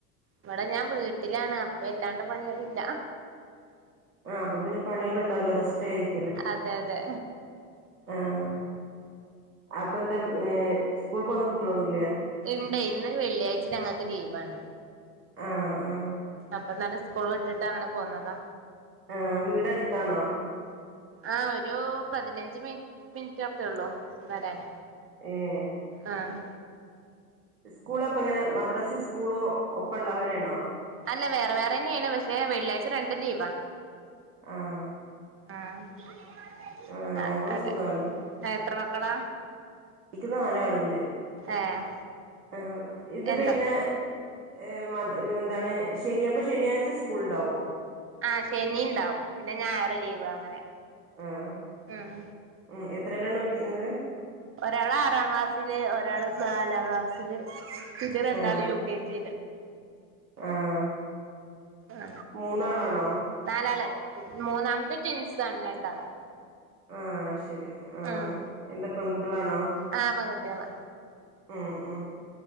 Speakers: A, on the right; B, on the right.
A: ഇവടെ ഞാൻ വീട്ടിലാണ് അപ്പൊ വല്ലാണ്ട് പണികളില്ല.
B: ആഹ് അപ്പൊ പിന്നെ പണികൾ ഉണ്ടാവില്ല റസ്റ്റായിരിക്കും.
A: അതെ അതെ.
B: ആഹ് അപ്പൊ എന്തേ ഏഹ് സ്കൂള്പോണ കുട്ടികളൊന്നുല്ലേ?
A: ഇണ്ടേയ് ഇന്ന് വെള്ളിയാഴ്ച ഞങ്ങൾക്ക് ലീവാണ്.
B: ആഹ് ആഹ്
A: അപ്പൊന്നലെ സ്കൂൾ വിട്ടിട്ട് അങ്ങനെ പോന്നതാ.
B: ആഹ് വീടടുത്താണോ?
A: ആഹ് ഒരു പതിനഞ്ച് മിനി മിനിറ്റ് ഒക്കെ ഉള്ളൂ വരാന്.
B: ഏഹ്
A: ആഹ്
B: ഉം സ്കൂളപ്പങ്ങനെ മദ്രസി സ്കൂളും ഒപ്പള്ള അങ്ങനെണോ?
A: അല്ല വേറെ വേറെന്നെയാണ്. പക്ഷെ വെള്ളിയാഴ്ച രണ്ടും ലീവാ.
B: ആഹ്
A: ആഹ്
B: അങ്ങനെ ആവുമ്പോ
A: അതെ
B: സുഖാണ്
A: ഏഹ് എത്ര മക്കളാ?
B: ഇക്ക് നാലാള്ണ്ട്
A: ഏഹ്
B: ആഹ് ഇത്
A: എന്താ
B: പിന്നെ ഏഹ് മത് എന്താണ് ശെനി അപ്പൊ ശെനിയാഴ്ച സ്കൂൾണ്ടോ
A: ആഹ് ശെനി ണ്ടാവും പിന്നെ ഞായറ് ലീവ് അങ്ങനെ
B: ആഹ്
A: ഉം
B: ഉം എത്രേലാണ് പടിക്ക്ണത്
A: ഒരാള് ആറാ ക്ലാസ്സില് ഒരാള് നാലാ ക്ലാസ്സില് പിന്നെ രണ്ടാള്
B: ആഹ്
A: യു കെ ജി
B: ആഹ്
A: ആ
B: മൂന്നാളാണോ
A: നാലാള് മൂന്നാമത്തെ ട്വിൻസാണ് രണ്ടാള്
B: ആഹ് ശെരി ആഹ്
A: ഉം
B: എന്താ പെൺകുട്ട്യോളാണോ?
A: ആഹ് പെൺകുട്ടികളാ
B: ആഹ് ആഹ്